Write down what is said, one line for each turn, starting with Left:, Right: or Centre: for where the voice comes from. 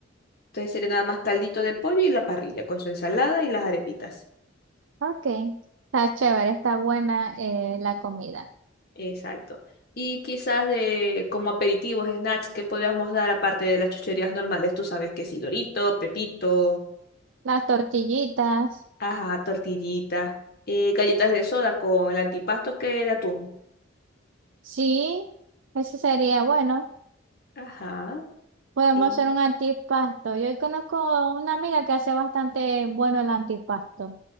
Left: Entonces sería nada más caldito de pollo y la parrilla con su ensalada y las arepitas.
Right: Ok, está chévere, está buena eh, la comida.
Left: Exacto. Y quizás de como aperitivos, snacks que podríamos dar aparte de las chucherías normales. Tú sabes que sí, Dorito, Pepito,
Right: Las tortillitas,
Left: Ajá, tortillita, eh, galletas de soda con el antipasto que de atún.
Right: sí, eso sería bueno.
Left: Ajá.
Right: Podemos
Left: y-
Right: hacer un antipasto. Yo conozco una amiga que hace bastante bueno el antipasto.